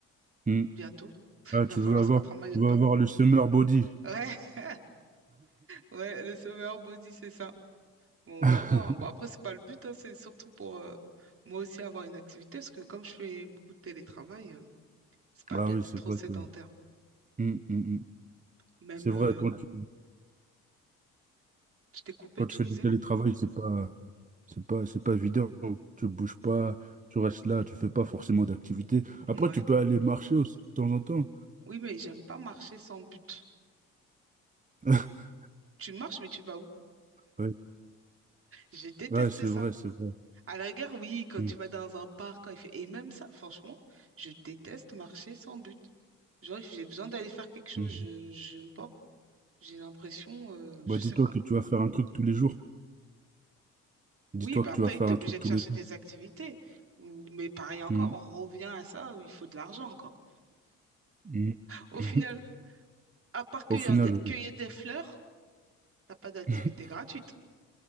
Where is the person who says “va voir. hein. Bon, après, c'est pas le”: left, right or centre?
Right